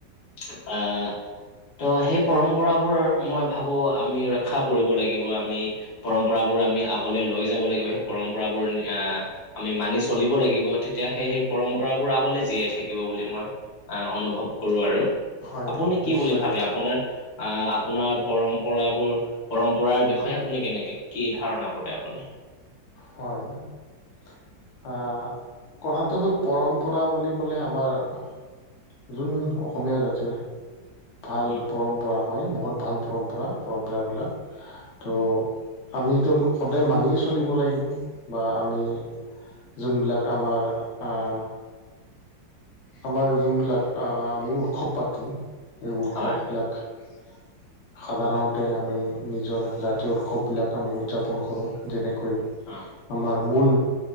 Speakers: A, on the left; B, on the left.
A: <unintelligible> আহ ত' সেই পৰম্পৰাবোৰ মই ভাবোঁ আমি ৰক্ষা কৰিব লাগিব আমি। <inaudible> পৰম্পৰাবোৰ আমি আগলৈ লৈ যাব লাগিব সেই পৰম্পৰাবোৰ আহ <unintelligible> আমি মানি চলিব লাগিব তেতিয়া সেই পৰম্পৰাবোৰ আগলে জীয়াই থাকি <unintelligible> থাকিব বুলি মই আহ অনুভৱ কৰোঁ আৰু।
B: হয়
A: আপুনি কি
B: নিশ্চয়
A: বুলি ভাবে আপোনাৰ <unintelligible> আহ আপোনাৰ পৰম্পৰাবোৰ পৰম্পৰাৰ বিষয়ে আপুনি কেনেকে <inaudible> কি ধাৰণা কৰে আপুনি? <unintelligible>
B: হয় <inaudible> আহ! কথাটো হ'ল পৰম্পৰা বুলি ক'লে আমাৰ <unintelligible> যোন অসমীয়া জাতিৰ <inaudible> ভাল
A: উম
B: পৰম্পৰা হয়। বহুত ভাল পৰম্পৰা পৰম্পৰাবিলাক ত' <unintelligible> আমিতো সদায় মানি চলিব লাগিব বা আমি যোনবিলাক <inaudible> আমাৰ আহ <unintelligible> আমাৰ যোনবিলাক আহ আমি উৎসৱ পাতো এই উৎসৱবিলাক
A: হয়
B: <unintelligible> সাধাৰণতে আমি নিজৰ জাতীয় উৎসৱবিলাক আমি উদযাপন কৰোঁ। <unintelligible> যেনেকৈ
A: হয়
B: <inaudible> আমাৰ মূল